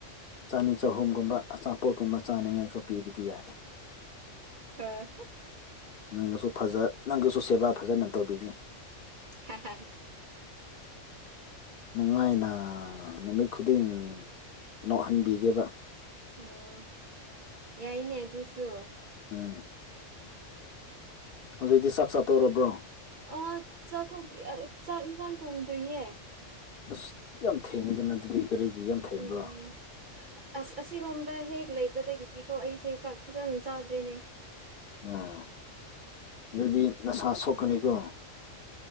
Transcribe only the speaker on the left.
ꯆꯅꯤ ꯆꯍꯨꯝꯒꯨꯝꯕ ꯑꯆꯥꯄꯣꯠꯀꯨꯝꯕ ꯆꯥꯅꯤꯉꯥꯏꯀꯣ ꯄꯤꯕꯗꯤ ꯌꯥꯔꯦ꯫
ꯅꯪꯒꯁꯨ ꯐꯖ ꯅꯪꯒꯁꯨ ꯁꯦꯕꯥ ꯐꯖꯅ ꯇꯧꯕꯤꯒꯦ꯫
ꯅꯨꯡꯉꯥꯏꯅ ꯅꯨꯃꯤꯠ ꯈꯨꯗꯤꯡ ꯅꯣꯛꯍꯟꯕꯤꯒꯦꯕ꯫
ꯎꯝ ꯍꯧꯖꯤꯛꯇꯤ ꯆꯥꯛ ꯆꯥꯇꯧꯔꯕ꯭ꯔꯣ
ꯑꯁ ꯌꯥꯝ ꯊꯦꯡꯉꯦꯗꯅ ꯑꯗꯨꯗꯤ ꯀꯔꯤꯒꯤ ꯌꯥꯝ ꯊꯦꯡꯕ꯭ꯔꯥ
ꯎꯝ ꯑꯗꯨꯗꯤ ꯅꯁꯥ ꯁꯣꯛꯀꯅꯤꯀꯣ